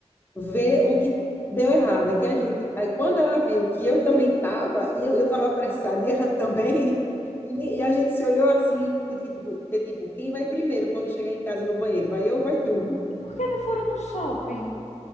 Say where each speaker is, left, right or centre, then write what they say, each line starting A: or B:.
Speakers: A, on the left (about 15°); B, on the left (about 75°).
A: ver o que deu errado. É que a gente. Aí quando ela viu que eu também estava, e eu estava apressada, e ela também. E, ni- e a gente se olhou assim, tipo, tipo, tipo, tipo, quem vai primeiro quando chegar em casa no banheiro? Vai eu ou vai tu?
B: e por que não foram no shopping?